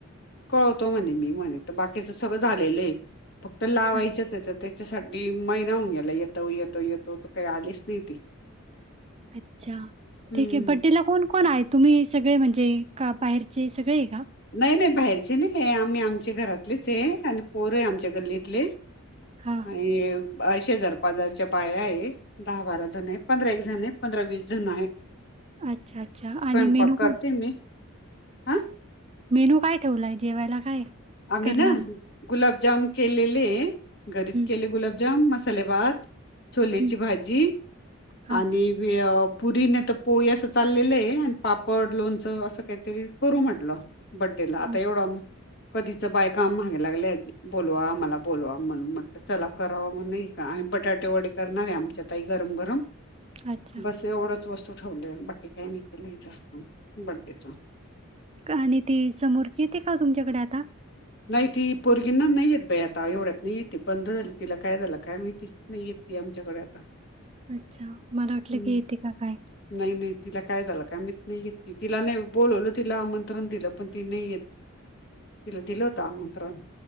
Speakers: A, on the left (about 55°); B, on the right (about 30°).
A: कळवतो म्हणे मी म्हणे तर बाकीच सगळं झालेलं आहे, फक्त लावायचेच
B: अच्छा,
A: आहे तर ते त्याच्यासाठी महिना होऊन गेला येतो येतो येतो त काही आलीच नाही ती.
B: अच्छा
A: हम्म.
B: ठीक आहे बड्डेला कोण कोण आहे तुम्ही सगळे म्हणजे, का बाहेरचे सगळे आहे का?
A: नाही नाही बाहेरची नाही आम्ही आमच्या घरातलेच आहे आणि पोर आहे आमच्या गल्लीत ले
B: हां.
A: आणि शेजार पाजारच्या बाया आहे. दहा बारा जण आहे पंधरा एक जण आहे पंधरा वीस जण आहे.
B: अच्छा, अच्छा.
A: स्वयंपाक
B: आणि मेनू
A: करते
B: काय?
A: मी. हं
B: मेनू काय ठेवलाय जेवायला काय?
A: आम्ही
B: करणार?
A: ना गुलाबजाम केलेले घरीच
B: हं,
A: केले गुलाबजाम मस्त, मसाले भात छोलेची
B: हं.
A: भाजी
B: हां,
A: आणि ते पुरी नाहीतर पोळी असं चाललेलं आहे आणि पापड लोणचं असं काहीतरी करू म्हटलं, बड्डे ला आता
B: हं.
A: एवढा कधीच बायका आम महाग लागल्या बोलवा आम्हाला बोलवा म्हणून म्हट चला कराव म्हग नाही का. बटाटे वडे करणारे आमच्यातई गरम गरम.
B: अच्छा.
A: बस एवढच वस्तू ठेवले बाकी काही नाही केलंच असत बर्डेच,
B: आणि ती समोरची येते का तुमच्याकडे आता?
A: नाही ती. पोरगींना नाही येत बाई आता एवढ्यात नाही येते बंद झाली तिला काय झालं काय माहिती नाही येत ती आमच्याकडे आता.
B: अच्छा. मला वाटलं
A: ह
B: की येते का काय?
A: नाही नाही तिला काय झालं का मीहित. नाही येत ती तिला नाही बोलवलं तिला आमंत्रण दिलं पण ती नाही येत. तिला दिलो होतं आमंत्रण.